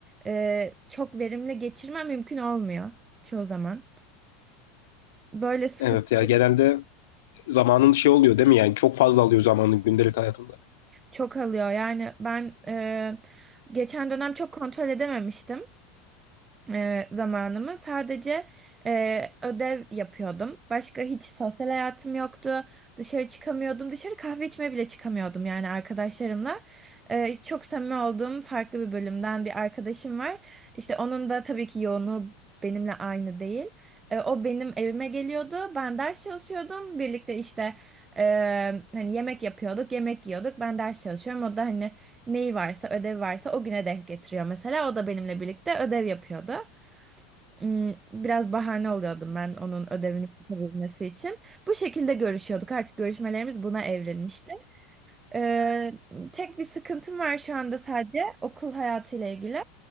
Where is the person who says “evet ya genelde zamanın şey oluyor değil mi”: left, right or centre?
Left